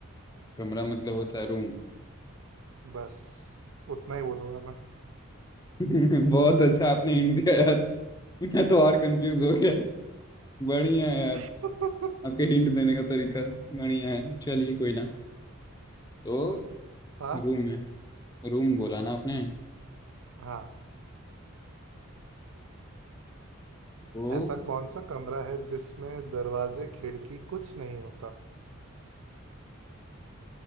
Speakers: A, on the left; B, on the right.
A: कमरा मतलब होता है रूम
B: बस उतना ही बोलूंगा मैं
A: <laughs> बहुत अच्छा आपने हिंट दिया यार मैं तो और कंफ्यूज हो गया बढ़िया है यार
B: <laughs>
A: आपके हिंट देने का तरीका बढ़िया है चलिए कोई ना तो
B: पास
A: रूम है रूम बोला ना आपने
B: हाँ
A: तो
B: ऐसा कौन सा कमरा है जिसमें दरवाजे खिड़की कुछ नहीं होता